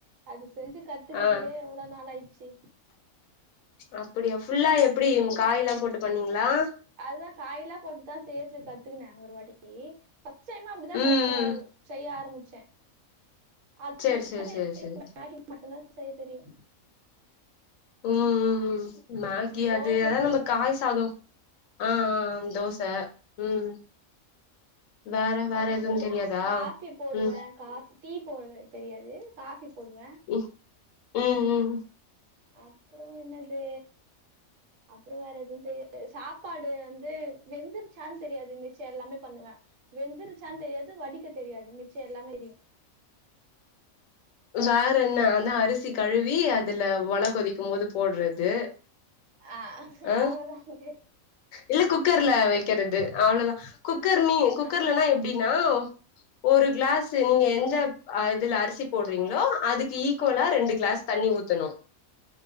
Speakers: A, on the right (about 70°); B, on the left (about 75°).
A: அது செஞ்சு க கத்துக்கிறதுக்கே
B: ஆ
A: எவளோ நாள் ஆயிச்சு
B: அப்டியா ஃபுல்லா எப்டி காய் எல்லா போட்டு பண்ணீங்களா
A: அதுதா காய எல்லா போட்டுதா செய்யறதுக்கு கத்துக்குனன் ஒரு வாட்டி டி ஃபர்ஸ்ட் டைம் அப்டிதா
B: ம்
A: க
B: ம்
A: செய்ய ஆரம்பிச்ச அது
B: சேரி
A: மட்டும்தா
B: சேரி
A: செய்ய
B: சேரி
A: தெரியு
B: சேரி
A: மேகி மட்டும்தா செய்ய தெரியு
B: ம் மேகி
A: ம் தோச
B: அது அது
A: சுடுவே
B: நம்ம காய் சாத ஆ ஆ தோச ம் வேற வேற
A: அப்பற
B: எதுவு தெரியாதா
A: காஃபி போடுவ
B: ம்
A: காஃபி டீ போடுவ தெரியாது காஃபி போடுவ
B: ம் ம் ம்
A: அப்றோ என்னது அப்றோ வேற எதுவும் தெரியாது சாப் சாப்பாடு வந்து வெந்தருச்சான்னு தெரியாது மிச்ச எல்லாமே பண்ணுவ வெந்தருச்சான்னு தெரியாது வடிக்க தெரியாது மிச்ச எல்லாமே தெரியும்
B: வேற என்ன அந்தா அரிசி கழுவி அதுல ஒல கொதிக்கும் போது போடுறது
A: ஆ
B: ஆ
A: அவ்ளோதா தெர்
B: இல்ல குக்கர்ல வைக்கறது அவ்ளவுதா குக்கர் ம குக்கர்லனா
A: ஆ
B: எப்டின்னா ஒரு கிளாஸ் நீங்க எந்த இதுல அரிசி போடுறீங்களோ அதுக்கு ஈக்குலா ரெண்டு கிளாஸ் தண்ணி ஊத்தணு